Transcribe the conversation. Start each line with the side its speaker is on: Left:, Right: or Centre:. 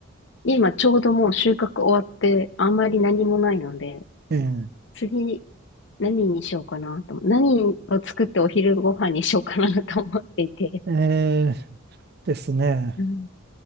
Left: 今ちょうどもう収穫終わって、あんまり何もないので、
Right: ええ、
Left: 次、何にしようかなと思、何を作ってお昼ご飯にしようかなと思っていて、
Right: ええですね。
Left: うん、